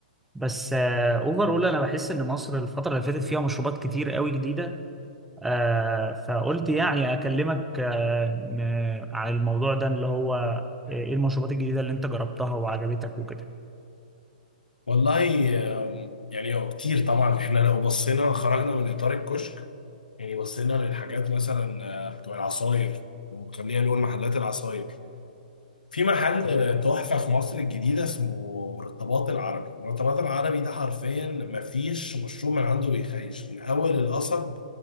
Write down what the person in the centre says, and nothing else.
بس اوفرول انا بحس ان مصر الفتره اللي فاتت فيها مشروبات كتير قوي جديده آه، فقلت يعني أكلمك آه، ن- عن الموضوع ده اللي هو آه، إيه المشروبات الجديدة اللي أنت جربتها وعجبتك وكده